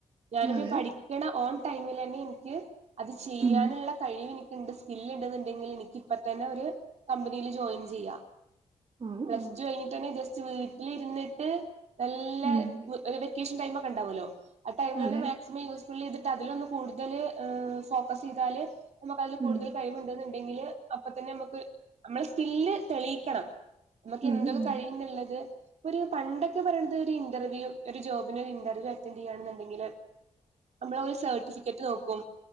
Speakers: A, on the right (about 70°); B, on the right (about 50°).
A: ഞാനിപ്പോ
B: അതെ
A: പഠിക്കണ ഓൺ ടൈമിലന്നെ എനിക്ക് അത് ചെയ്യാനുള്ള
B: ഉം
A: കഴിവ് എനിക്കുണ്ട് സ്കില്ല് ഉണ്ടെന്നുണ്ടെങ്കിൽ എനിക്ക് ഇപ്പ തന്നെ ഒരു കമ്പനിൽ ജോയിൻ ചെയ്യാം.
B: ആ
A: പ്ലസ്
B: ആ
A: ടു കഴിഞ്ഞിട്ട് തന്നെ ജസ്റ്റ് വീട്ടിലിരുന്നിട്ട് നല്ല
B: ഉം
A: ഒരു വെക്കേഷൻ ടൈം ഒക്കെ ഉണ്ടുവല്ലോ ആ ടൈമിൽ
B: അതെ
A: മാക്സിമം യൂസ് <unintelligible> ട്ട് അതിലൊന്ന് കൂടുതൽ ഫോക്കസ് ചെയ്താല് നമുക്ക് അതിൽ കൂടുതൽ
B: ഉം
A: കഴിവ് ഉണ്ട്ന്ന് ഉണ്ടെങ്കില് അപ്പ തന്നെ നമക്ക് നമ്മളെ സ്കില്ല് തെളിയിക്കണം. നമുക്ക്
B: ഉം
A: എന്തൊക്കെ
B: ഉം
A: കഴിയുന്നുള്ളത് ഒരു പണ്ടൊക്കെ പറയണത് ഒരു ഇന്റർവ്യൂ ഒരു ജോബിനെ ഒരു ഇന്റർവ്യൂ അറ്റൻഡ് ചെയ്യാണ് ന്ന്‌ ഇണ്ട <unintelligible> നമ്മളെ സർട്ടിഫിക്കറ്റ് നോക്കും